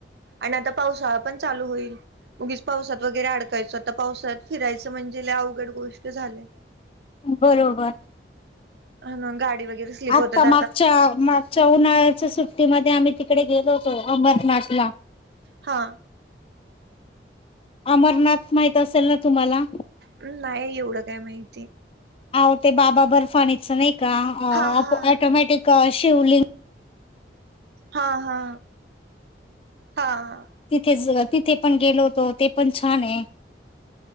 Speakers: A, on the right; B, on the left.
A: आणि आता पावसाळा पण चालू होईल उगीच पावसात वगैरे अडकायच आता पावसाळ्यात फिरायचं म्हणजे लय अवघड गोष्ट झाल्या.
B: बरोबर
A: हा ना गाडी वगैरे स्लीप
B: आता
A: होतात
B: मागच्या मागच्या उन्हाळ्याच्या सुट्टीमध्ये आम्ही तिकडे गेलो होतो अमरनाथला
A: हा
B: अमरनाथ माहित असेल ना तुम्हाला,
A: नाही एवढं काय माहिती,
B: अहो ते बाबा बर्फानीच नाहि का का
A: हा हा
B: ऑटोमॅटिक शिवलिंग
A: हा हा. हा
B: तिथेच तिथे पण गेलो होतो ते पण छान आहे